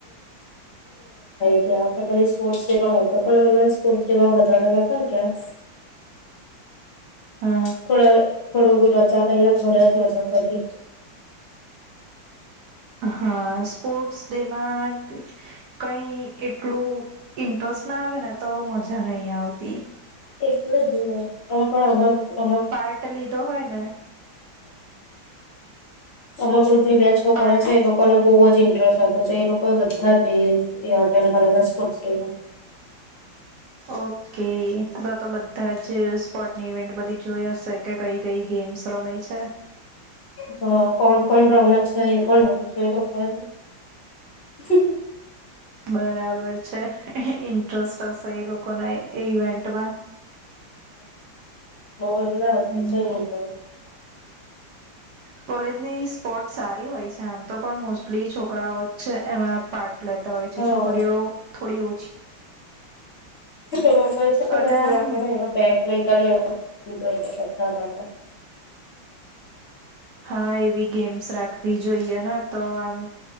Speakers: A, on the left; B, on the right.
A: ત્યાં પછ સ્પોર્ટ્સ ડે પણ હોતો પણ અમે સ્પોર્ટ્સ ડે માં વધારા નતા ગયા
B: હમ
A: થોડ થોડું રજા કઈ ના ઘર જ કરી લીધ
B: હા સ્પોર્ટ્સ ડેમાં કઈ એટલું ઇન્ટરેસ્ટ ના આવે ને તો મજા નહી આવતી.
A: એટલે જ ને <unintelligible> અમક ગ્રુપ ના, હ
B: પાર્ટ લીધો હોય ને
A: અમક ગ્રુપ ના બે છોકરા
B: પાર્ટ
A: છે એ લોકોને બહુ જ ઇન્ટરેસ્ટ હતો. તો એ લોકો બધા ટે <unintelligible> સ્પોર્ટ ડે ના
B: ઓકે તો તો બ બધાજ સ્પોર્ટ ની વેન્ટ બધી જોઈ હશે કે કઈ કઈ ગેમ્સ રમાય છે.
A: હા કોણ? કોણ કોણ રામે છે <unintelligible>
B: બરાબર છે ઇન્ટરેસ્ટ હશે એ લોકો કોના એ ઇવેન્ટમાં.
A: મોરલા <unintelligible>
B: હમ કોલેજની સ્પોટ સારી હોય છે આમ તો પણ મોસ્ટલી છોકરાઓ એમાં પાર્ટ લેતા હોય છે
A: હા
B: છોકરીઓ થોડીઓ
A: એ લોકોઈ છે
B: અને
A: થોડા
B: આમ
A: ઘણ એ બેડમિન્ટનને જો બધા માટે.
B: હા એવી ગેમ્સ રાખવી જોઈ એ તો આમ